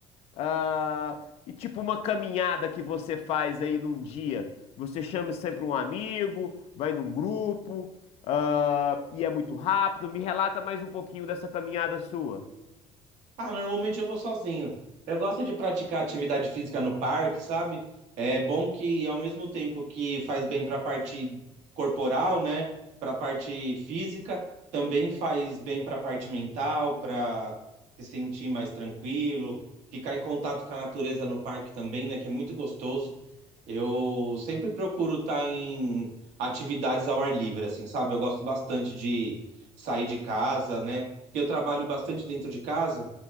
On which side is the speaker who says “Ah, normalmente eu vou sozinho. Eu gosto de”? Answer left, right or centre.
Right